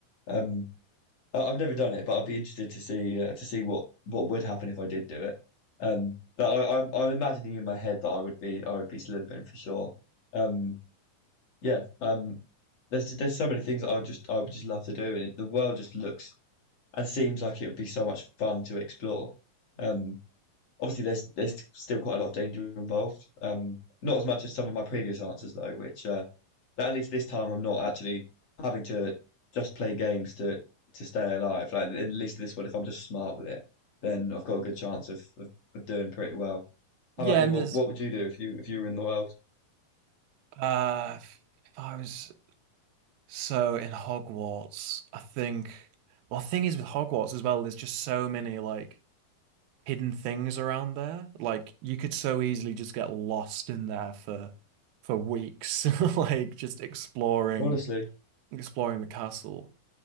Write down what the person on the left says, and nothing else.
Um, I, I've never done it, but I'd be interested to see uh, to see what what would happen if I did do it. Um, but I, I'm I'm imagining in my head that I would be I would be Slytherin for sure. Um. Yeah, um, there's there's so many things I would just I would just love to do, and it, the world just looks and seems like it would be so much fun to explore. Um, obviously, there's there's still quite a lot of danger involved. Um, not as much as some of my previous answers though, which uh, that at least this time I'm not actually having to just play games to to stay alive. Like at least this one, if I'm just smart with it, then I've got a good chance of of, of doing pretty well.
How about you?
What
what would you do if you if you were in the world?
Honestly.